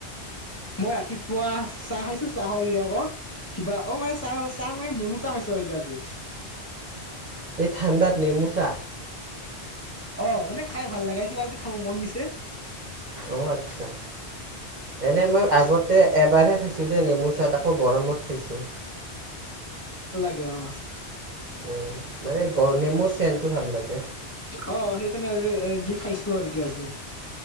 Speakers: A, on the left (about 15°); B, on the right (about 50°).
A: মই ৰাতিপুৱা চাহ খাইছো চাহৰ লগত কিবা অ মানে চাহ চাহ মানে নেমু চাহ খাইছো নেকি আজি
B: এই ঠানদাত নেমু চা
A: অ মানে খাই ভাল লাগে কিবা আজি খাব মন গৈছে
B: অঁ আচ্ছা এনে মই আগতে এবাৰহে খাইছোঁ দেই নেমু চাট আকৌ গৰমত খাইছোঁ।
A: য়ে অ
B: উ মানে গ নেমুৰ চেনটো ভাল লাগে
A: অ সেইকাৰণে আজি এই যি খাইছো আৰু কি আজি